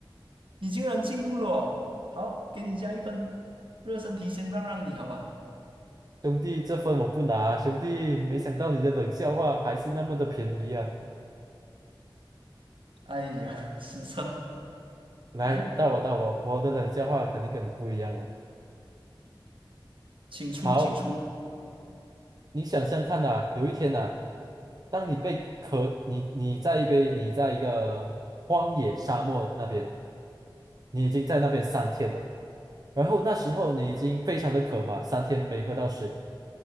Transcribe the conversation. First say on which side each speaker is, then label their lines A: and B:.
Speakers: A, on the right (about 70°); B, on the right (about 45°).
A: 你竟然进步了哦！好，给你加一分。热身题先让让你，好吧？
B: 兄弟，这分我不拿，兄弟，没想到你的冷笑话还是那么的便宜啊！
A: 哎呀，失策！
B: 来，
A: 来，
B: 到我到我，我的冷笑话肯定跟你不一样哦。
A: 请出，
B: 好，
A: 请出。
B: 你想象看呐、有一天呐、当你被渴，你你在一杯，你在一个荒野沙漠那边，你已经在那边三天了，然后那时候你已经非常的渴嘛，三天没喝到水，